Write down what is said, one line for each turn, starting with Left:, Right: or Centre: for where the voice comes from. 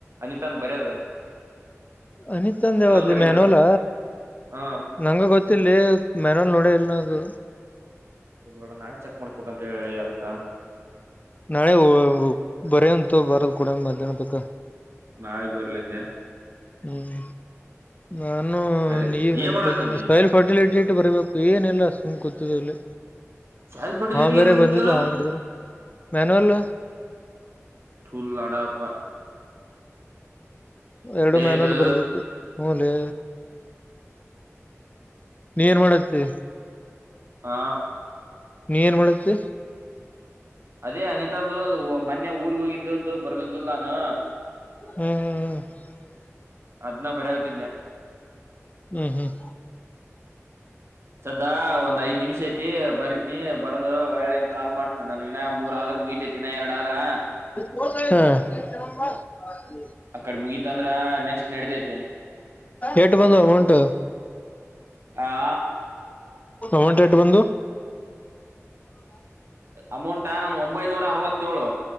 Right: ಅನಿತಾನ್ ಬರ್ಯದ್
Left: ಅನಿತ ತಂದೇವಾದಲ್ಲಿ
Right: ಬರಿಯೋದು
Left: ಮೆನೋಲ
Right: ಹಾ
Left: ನಂಗ ಗೊತ್ತಿಲ್ಲಲ್ಲಿ ಮೆನಲ್ ನೋಡ ಇಲ್ ನ ಅದು
Right: ಹುಗ್ಡ ನಾಳೆ ಚೆಕ್ ಮಾಡ್ಸ್ಬೇಕಕ್ ಅಂತ ಹೇಳಿ ಅದಕ್ಕ
Left: ನಾಳೆ ಬರಂತ ಬರದು್ ಕೂಡ ಮಧ್ಯಾಹ್ನದ ತಕ <inaudible>
Right: ನಾಳಿ ಬರಲಂದೆ
Left: ಹ್ಮ್ ನಾನು
Right: ಸರಿ
Left: ನೀವ ನೆನ್ಪತಾನ
Right: ಏನ್ ಮಾಡತಿದ್ದೆ
Left: ಸಾಯಿಲ್ ಫರ್ಟಿಲಿಟಿ. ಬರಬೇಕು ಏನಿಲ್ಲ ಸುಮ್ ಕೂತಲ್ಲಿ
Right: ಸೆಲ್ಫ್ ಫರ್ಟಿಲಿಟಿ
Left: ಹಾ ಬೇರೆ
Right: ಏನ್ ಬರಿಬೇಕ್
Left: ಬಂದಿದ್ದು
Right: ಹೇಳು
Left: ಹಾ ಮಾಡಿದ್ರು ಮ್ಯಾನಲ್
Right: <unintelligible> ಲಡಾಪ
Left: ಎರಡು ಮ್ಯಾನಲ್
Right: ಇದು
Left: ಬರ್ಬೇಕು ಮೂಲೆ. ನೀರ್ ಮಾಡತ್ತ.
Right: ಆ
Left: ನೀನ್ ಏನ್ ಮಾಡತಿ
Right: ಅದೇ ಅನಿತಾಂದು ಅದು ಮೊ ಊರಿಗೆಗ್ ಹೋಗಿದ್ದದ್ದು ಬರ್ದದ್ದಲ್ಲಾನು
Left: ಹ್ಮ್ ಹ್ಮ್ ಹ್ಮ್
Right: ಅದ್ನ ಬರ್ಯಾವತಿದ್ನ
Left: ಹ್ಮ್ ಹ್ಮ್ <inaudible>
Right: ಸದಾ ಒಂದ್ ಐದ್ ನಿಮಿಷ ಐತಿ ಬರತನಿ ಒಳ್ಳೆನ್ ಕಾಲ್ ಮಾಡ್ತೇನೆ ನಾನ ಇನ ಮೂರ್ ಆದ್ರ ಮುಗಿತೇತಿಿನ ಎರಡ ಆದ್ರ
Left: ಹೂ <inaudible>
Right: ಅಕಡ್ ಮುಗೀತಂದ್ರ ನೆಕ್ಸ್ಟ್ ನಡತೈತೆ
Left: ಎಟು ಬಂದು ಅಮೌಂಟ್
Right: ಆ
Left: ಒಂ ರೇಟ್ ಬಂದು.
Right: ಅಮೌಂಟ್ ನಾನು ಒಂಬೈನೂರ ಅರವತ್ತಏಳು